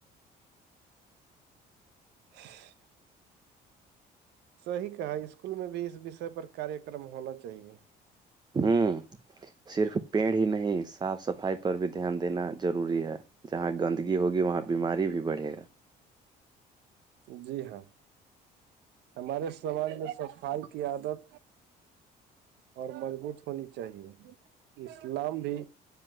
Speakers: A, on the right (about 80°); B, on the right (about 25°).
A: اچ صح کہا اسکول میں بھی اس وشے پر کاریہ کررم ہونا چاہیے
B: ہوں صرف پیڑ ہی نہیں صاف صفائی پر بھی دھیان دینا ضروری ہے جہاں گندگی ہوگی وہاں بیماری بھی بڑھے گا
A: جی ہاں ہمارے سماج میں صفائی کی عادت اور مضبوط ہونی چاہیے اسلام بھی